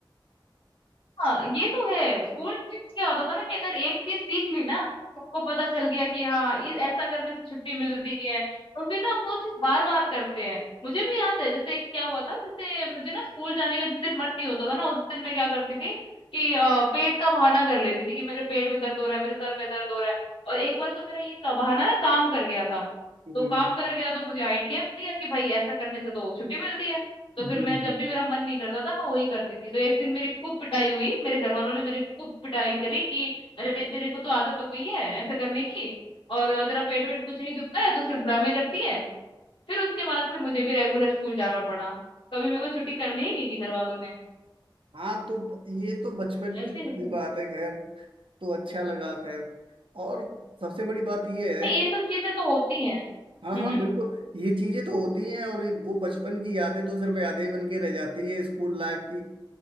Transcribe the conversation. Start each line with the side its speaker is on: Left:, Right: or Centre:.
Left: हाँ ये तो है स्कूल ट्रिप क्या होता था ना कि अगर एक चीज सीख ली ना सबको पता चल गया कि हाँ इस ऐसा करने से छुट्टी मिलती है तो फिर ना हम वो चीज बार बार करते हैं मुझे भी याद है जैसे क्या हुआ था जैसे मुझे ना स्कूल जाने का जिस दिन मन नहीं होता था ना उस दिन मैं क्या करती थी कि अ, पेट का बहाना कर लेती थी कि मेरे पेट में दर्द हो रहा है मेरे सर में दर्द हो रहा है और एक बार तो मेरा ये का- बहाना ना काम कर गया था
Right: हम्म
Left: तो काम कर गया तो मुझे आइडिया मिल गया कि भाई ऐसा करने से तो छुट्टी मिलती है तो
Right: हम्म।
Left: फिर मैं जब भी मेरा मन नहीं करता था मैं वही करती थी तो एक दिन मेरी खूब पिटाई हुई मेरे घर वालों ने मेरी खूब पिटाई करी कि अरे तेरे को तो आदत हो गई है ऐसे करने की और अ, तेरा पेट वेट कुछ नहीं दुखता है तो सिर्फ ड्रामे करती है फिर उसके बाद से मुझे भी रेगुलर स्कूल जाना पड़ा कभी मेरे को छुट्टी करने ही नहीं दी घर वालों ने
Right: हाँ तो ब- ये तो बचपन
Left: ऐसे
Right: की
Left: ही होता
Right: ही
Left: है
Right: बात है खैर तो अच्छा लगा खैर और सबसे बड़ी बात ये
Left: नहीं
Right: है
Left: ये सब चीजें तो होती हैं
Right: हाँ
Left: हम्म
Right: हाँ
Left: हम्म,
Right: बिल्कुल ये चीजें तो होती हैं और ये- वो बचपन की यादें तो सिर्फ यादें ही बन के रह जाती हैं स्कूल लाइफ की